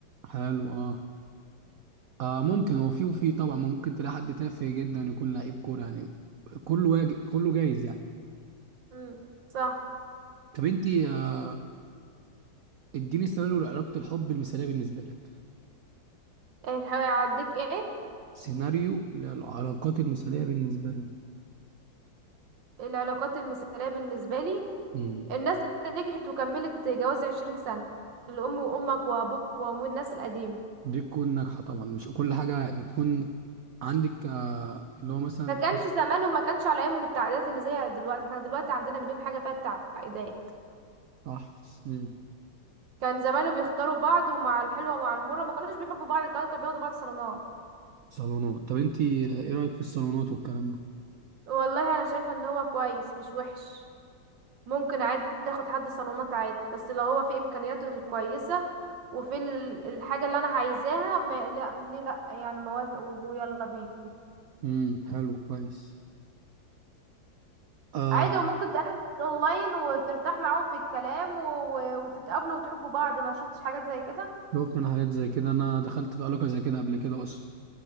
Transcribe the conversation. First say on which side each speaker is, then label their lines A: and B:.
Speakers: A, on the right; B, on the right.
A: حلو اه آه ممكن هو في وفي طبعا ممكن تلاقي حد تافه جدا يكون لعيب كوره يعني كله واج... كله جايز يعني
B: امم صح
A: طب انت آه، اديني سيناريو لعلاقه الحب المثاليه بالنسبه لك
B: اللي هيعديك ايه
A: سيناريو للعلاقات المثاليه بالنسبه لك
B: العلاقات المثاليه بالنسبه لي
A: امم
B: الناس اللي نجحت وكملت جواز عشرين سنة الأم وأمك وأبوك وأمو الناس القديمة
A: دي تكون ناجحه طبعا مش كل حاجه يعني تكون عندك آه اللي هو مثلا
B: ما كانش زمانهم ما كانش على أيامهم التعقيدات اللي زي دلوقتي احنا دلوقتي عندنا مليون حاجة فيها تعقيدات
A: صح امم
B: كان زمانه بيختاروا بعض ومع الحلوة ومع المرة ما كانوش بيحبوا بعض كمان كانوا بياخدوا بعض صالونات
A: صالونات طب انت آه، ايه رايك في الصالونات والكلام ده
B: والله أنا شايفة إن هو كويس مش وحش ممكن عادي تاخد حد صالونات عادي بس لو هو في إمكانياته الكويسة وفي ال- الحاجة اللي أنا عايزاها ما لا ليه لأ يعني موافق ويلا بينا
A: امم حلو كويس آه
B: عادي وممكن تقابل اونلاين وترتاح معاهم في الكلام و... و... وتتقابلوا وتحبوا بعض ما شفتش حاجات زي كده
A: شفت انا حاجات زي كده انا دخلت في علاقه زي كده قبل كده اصلا